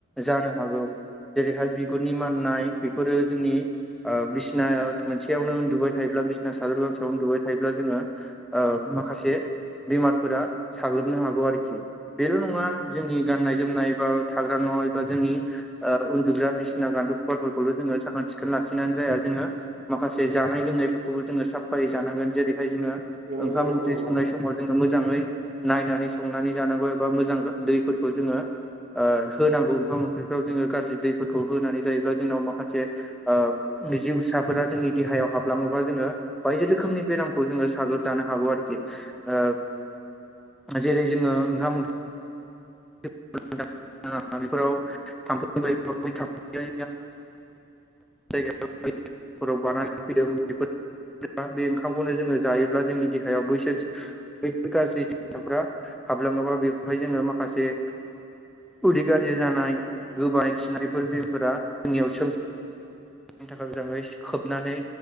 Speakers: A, in the centre; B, on the right.
A: जानो हागौ। जेरैहाय बिगुरनि माननाय बेफोरो जोंनि ओ बिसिना मोनसेयावनो उन्दुबाय थायोब्ला बि बिसना सादोर गांसेयावनो उनदुबाय थायोब्ला जोङो माखासे बेमारफोरा साग्लोबनो हागौ आरोखि बेल' नङा जोंनि गाननाय जोमनाय बबा थाग्रा न' एबा जोंनि ओ उन्दुग्रा बिसिना गान्दु खुवाफोरखौल' जोङो साखोन सिखोन लाखिनानै जाया जोङो। माखासे जानाय लोंनायफोरखौबो जोङो साफायै जानांगोन जेरैहाय जोङो
B: बेयावनो
A: ओंखाम
B: लेंहरदो
A: ओंख्रि
B: नङाबा
A: संनाय समाव जोङो मोजाङै नायनानै संनानै जानांगौ एबा मोजां दैफोरखौ जोङो ओ होनांगौ ओंखाम ओंख्रिफ्राव जोङो गाज्रि दैफोरखौ होनानै जायोब्ला जोंनाव माखासे ओ जिउसाफोरा जोंनि देहायाव हाबलाङोबा जोङो बायदि रोखोमनि बेरामखौ जोङो साग्लोबजानो हागौ आरोखि। ओ जेरै जोङो ओंखाम ओंख्रि बेफोराव थामफै बै थामफै जायो। फोराव बानानै फैदों बेफोर बे ओंखामखौनो जोङो जायोब्ला जोंनि देहायाव बैसोर बैफोर गाज्रि जसाफ्रा हाबलाङोबा बेवहाय जोङो माखासे उदै गाज्रि जानाय गोबाय खिनायफोर बिलफोरा जोंनियाव सोमजियो नि थाखाय मोजाङै खोबनानै